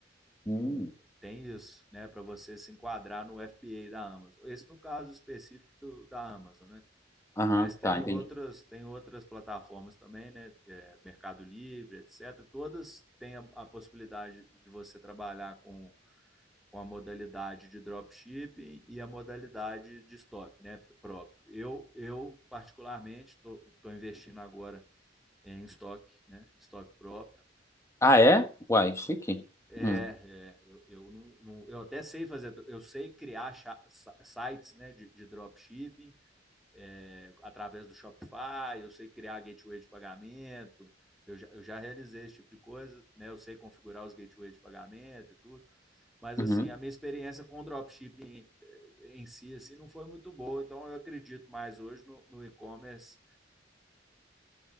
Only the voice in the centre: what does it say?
tem isso, né? Para você se enquadrar no FBA da Amazon. Esse no caso específico do, da Amazon, né?
Mas tem
outras, tem outras plataformas também, né? É, Mercado Livre, etc. Todas têm a, a possibilidade de você trabalhar com com a modalidade de dropshipping e a modalidade de estoque né, próprio. Eu, eu particularmente, estou investindo agora em estoque, né, estoque próprio.
É,
é eu, eu, não, não, eu até sei fazer, eu sei criar sites né, de, de dropshipping é, através do Shopify, eu sei criar gateway de pagamento, eu já, eu já realizei esse tipo de coisa, né, eu sei configurar os gateways de pagamento e tudo, Mas
assim, a minha experiência com o dropshipping em si assim, não foi muito boa, então eu acredito mais hoje no, no e-commerce